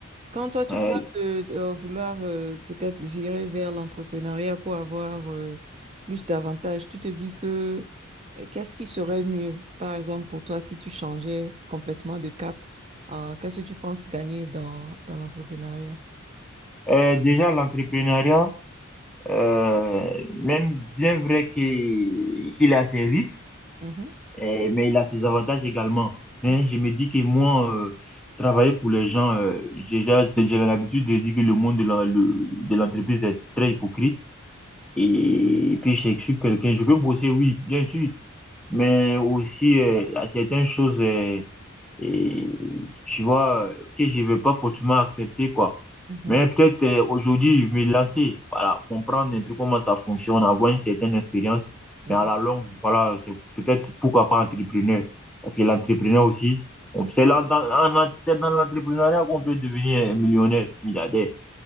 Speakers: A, on the right; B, in the centre.
A: quand toi, tu
B: euh,
A: parles de, de, euh, vouloir euh, peut-être virer vers l'entrepreneuriat pour avoir euh, plus d'avantages, tu te dis que euh, qu'est-ce qui serait mieux, par exemple, pour toi, si tu changeais complètement de cap, euh, qu'est-ce que tu penses gagner dans, dans l'entrepreneuriat?
B: euh, déjà, l'entrepreneuriat, Euh, même bien vrai que qu'il a ses risques,
A: Mhm.
B: eh, mais il a ses avantages également. Mais
A: Mhm.
B: je me dis que moi, euh, travailler pour les gens, euh, j'ai déjà- j'ai l'habitude de dire que le monde de la- le- de l'entreprise est très hypocrite. Et, puis, je suis quelqu'un, je peux bosser, oui, bien sûr, mais aussi euh, à certaines choses. euh, et tu vois, euh, que je ne vais pas forcément accepter, quoi.
A: Mhm.
B: Mais peut-être euh, aujourd'hui, je vais me lancer, voilà, comprendre un peu comment ça fonctionne, avoir une certaine expérience.
A: Je
B: Mais
A: vois.
B: à la longue, voilà, c'est peut-être pourquoi pas entrepreneur. Parce que l'entrepreneur aussi, on- c'est là, dans, en- c'est dans l'entrepreneuriat qu'on peut devenir millionnaire, milliardaire.